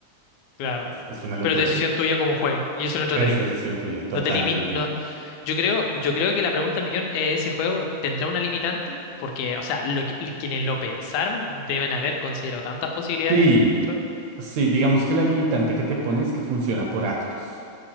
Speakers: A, on the left (about 85°); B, on the right (about 75°).
A: Claro.
B: Es, es una locura.
A: Pero es decisión tuya como juegue. Y eso es lo entretenido.
B: Es decisión tuya, totalmente.
A: No te limi- no. Yo creo, yo creo que la pregunta del millón es ese juego tendrá una limitante, porque, o sea, lo que- quienes lo pensaron deben haber considerado tantas posibilidades
B: Sí,
A: dentro de...
B: sí, digamos que la limitante que te pones que funciona por actos.